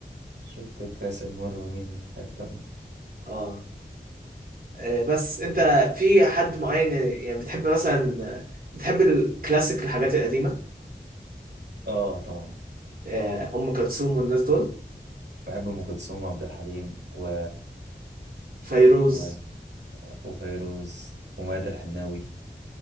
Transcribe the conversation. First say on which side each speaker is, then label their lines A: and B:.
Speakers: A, on the right (about 80°); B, on the right (about 55°).
A: شفت الكاس المر ومين في حته
B: اه آه، بس انت في حد معين يعني يعني بتحب مثلا آه، بتحب الكلاسيك الحاجات القديمة
A: اه طبعا
B: آه، ام كلثوم والناس دول
A: بحب ام كلثوم وعبد الحليم و...
B: فيروز
A: و... وفيروز وميادة الحناوي